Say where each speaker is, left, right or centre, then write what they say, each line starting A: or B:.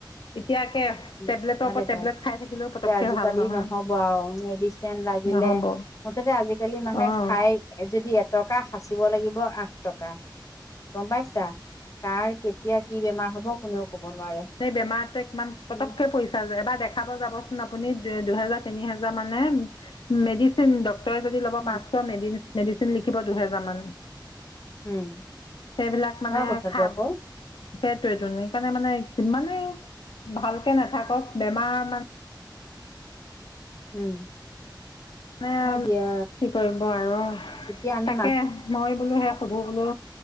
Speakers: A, on the left; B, on the left.
A: এতিয়া একে
B: উ
A: টেবলেটৰ
B: ভালে
A: ওপৰত টেবলেট
B: পায়,
A: খাই থাকিলেও
B: এতিয়া
A: পতককে
B: আজিকালি
A: ভাল নহয়
B: নহব আও মেডিচিন লাগিলে
A: নহ'ব
B: মুঠতে আজিকালি মানুহে
A: অঁ
B: খায় যদি এটকা সাঁচিব লাগিব আঠ টকা। গম পাইছা? কাৰ কেতিয়া কি বেমাৰ হব কোনেও কব নোৱাৰে।
A: স বেমাৰটোৱে কিমান
B: উম,
A: পটককে পৰি এবাৰ দেখাব যাবচোন দুহেজাৰ, তিনিহাজাৰ মানে মেডিচিন, ডক তৰে যদি লব
B: উম,
A: পাঁচ শ, মেডিচিন লিখিব দুহেজাৰ মান।
B: উম,
A: সেইবিলাক মানে
B: হয় কথাটো
A: খাব
B: আকৌ
A: সেইটোৱে টোন সেইকাৰণে মানে কিমানেই ভালকে নাথাকক বেমাৰ মানে
B: উম।
A: <inaudible> মানে
B: হয় দিয়া
A: কি কৰিব আৰু
B: এতিয়া আমি
A: তাকে মই বোলো সেই সুধো বোলো।